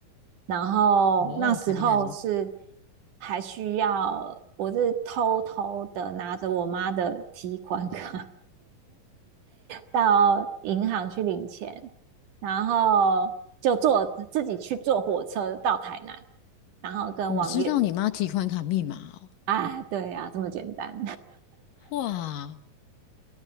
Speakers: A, on the right; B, on the left.
A: 然后那时候是
B: 哦，台南，
A: 还需要。我是偷偷的拿着我妈的提款卡到银行去领钱，然后就坐自己去坐火车到台南，然后跟网友，
B: 你知道你妈提款卡密码哦？
A: 啊，对啊，这么简单，
B: 哇！